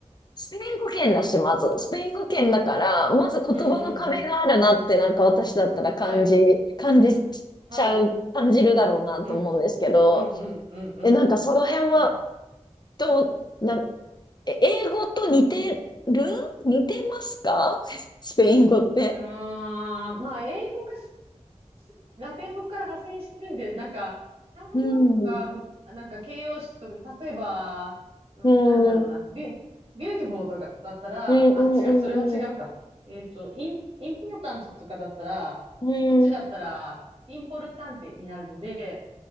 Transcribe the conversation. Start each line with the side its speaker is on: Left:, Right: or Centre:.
Left: スペイン語圏だし、まず。スペイン語圏だから、まず言葉の壁があるなって、
Right: うんうんうん。
Left: なんか私だったら感じ、
Right: はい。
Left: 感じ
Right: はい。
Left: ちゃう、感じるだろうなと思うんですけど、
Right: うん。うんうんうんうん。
Left: え、なんかその辺は、
Right: うん
Left: どう、な、え英語と似てる似てますか <laughs> スペイン語って。
Right: あー、まあ、英語がし、ラテン語から派生してるんで、なんか、単語とか、
Left: うん。
Right: ふなんか形容詞とか、例えば、うんなんだろうな、
Left: うん。うん、
Right: ビュ、ビューティフォーとかだったら、
Left: うん、うん、
Right: あ、違う、それは違うか。えっと、イン、インポータントとかだったら、
Left: うん。
Right: こっちだったら、インポルタンテになるので、